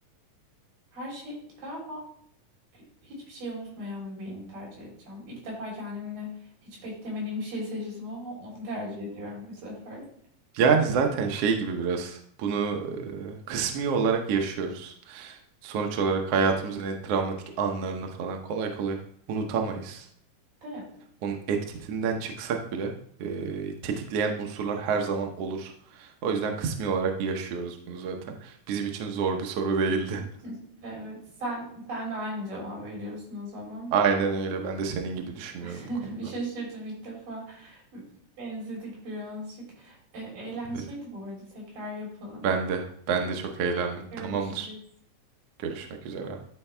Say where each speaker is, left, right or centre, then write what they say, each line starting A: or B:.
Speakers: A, on the right; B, on the right.
A: Her şey galiba hiçbir şeyi unutmayan bir beyni tercih edeceğim. İlk defa kendimle hiç beklemediğim bir şey seçtim ama onu tercih ediyorum bu sefer.
B: Yani zaten şey gibi biraz bunu e, kısmi olarak yaşıyoruz. Sonuç olarak hayatımızın en travmatik anlarını falan kolay kolay unutamayız.
A: Evet.
B: Onun etkisinden çıksak bile e, tetikleyen unsurlar her zaman olur. O yüzden kısmi olarak yaşıyoruz bunu zaten. Bizim için zor bir soru değildi.
A: <laughs> Evet, sen sen de aynı cevabı veriyorsun o zaman.
B: <laughs> Aynen öyle. Ben de senin gibi düşünüyorum
A: <laughs>
B: bu konuda.
A: Bir şaşırdım ilk defa. Benzedik birazcık. E, eğlenceliydi
B: Evet.
A: bu arada. Tekrar yapalım.
B: Ben de. Ben de çok eğlendim.
A: Görüşürüz.
B: Tamamdır. Görüşmek üzere.